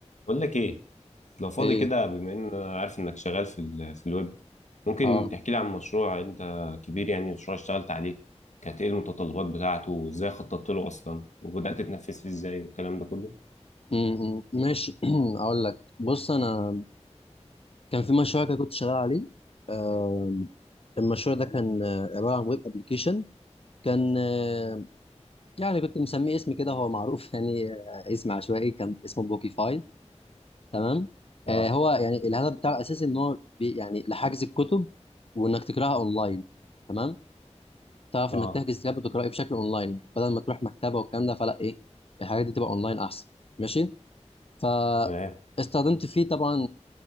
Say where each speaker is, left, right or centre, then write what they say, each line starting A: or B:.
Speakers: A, on the left (about 85°); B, on the left (about 55°).
A: بقول لك ايه لو فاضي
B: ايه
A: كده بما ان انا عارف انك شغال في ال في الويب ممكن
B: اه
A: تحكي لي عن مشروع انت كبير يعني مشروع اشتغلت عليه كانت ايه المتطلبات بتاعته وازاي خططت له اصلا وبدأت تنفذ فيه ازاي والكلام ده كله
B: م- م- ماشي <clears throat> اقول لك بص انا كان في مشروع كده كنت شغال عليه آم، المشروع ده كان آه، عباره عن ويب ابلكيشن كان آه، يعني كنت مسميه اسم كده هو معروف <laughs> يعني آه، اسم عشوائي كان اسمه بوكيفاي تمام
A: اه
B: آه، هو يعني الهدف بتاعه الاساسي ان هو بي يعني لحجز الكتب وانك تقراها اونلاين تمام تعرف
A: اه
B: انك تحجز كتاب وتقراه بشكل اونلاين يعني بدل ما تروح مكتبه والكلام ده فلا ايه الحاجات دي تبقى اونلاين احسن ماشي فاستخدمت
A: تمام
B: فيه طبعا